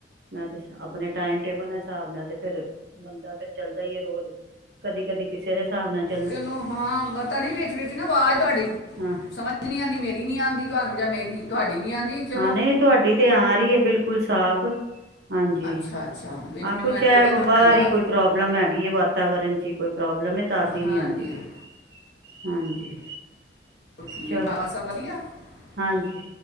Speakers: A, on the right; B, on the left.
A: ਨਾ ਤੇ ਆਪਣੇ ਟਾਈਮ ਟੇਬਲ ਨਾਲ ਹਿਸਾਬ ਨਾਲ ਤੇ ਫਿਰ ਬੰਦਾ ਫਿਰ ਚੱਲਦਾ ਈ ਐ ਰੋਜ਼। ਕਦੀ ਕਦੀ ਕਿਸੇ ਦੇ ਹਿਸਾਬ ਨਾਲ ਚ
B: ਚਲੋ ਹਾਂ ਪਤਾ ਨੀ ਵਿੱਚ ਵਿੱਚ ਚ ਨਾ ਆਵਾਜ਼ ਤੁਹਾਡੀ
A: ਹਾਂ
B: ਸਮਝ ਨੀ ਆਂਦੀ ਮੇਰੀ ਨੀ ਆਦੀ ਤੁਹਾਨੂੰ ਜਾਂ ਮੇਰੀ ਤੁਹਾਡੀ ਨੀ ਆਂਦੀ। ਚਲੋ
A: ਹਾਂ ਨਹੀਂ ਤੁਹਾਡੀ ਤੇ ਆ ਰਹੀ ਐ ਬਿਲਕੁਲ ਸਾਫ਼। ਹਾਂਜੀ,
B: ਅੱਛਾ ਅੱਛਾ ਵਿੱਚ
A: ਹਾਂ
B: ਮੈਨੂੰ
A: ਕੁਛ
B: ਇੰਜ
A: ਐਬ
B: ਲੱਗਿਆ ਤੁਹਾਡੀ
A: ਬਾਹਰ
B: ਆਵਾਜ਼
A: ਹੀ ਕੋਈ। ਪ੍ਰੋਬਲਮ ਹੈਗੀ ਹੈ ਵਾਤਾਵਰਨ ਚ ਹੀ ਕੋਈ ਪ੍ਰੋਬਲਮ ਐ ਤਦ ਹੀ
B: ਹਾਂਜੀ
A: ਨਹੀਂ ਆਉਂਦੀ ਪਈ
B: ਹਾਂ
A: ਹਾਂਜੀ।
B: ਉਹ ਠੀਕ
A: ਚਲ
B: <unintelligible> ਸਭ ਵਧੀਆ।
A: ਹਾਂਜੀ।
B: <inaudible>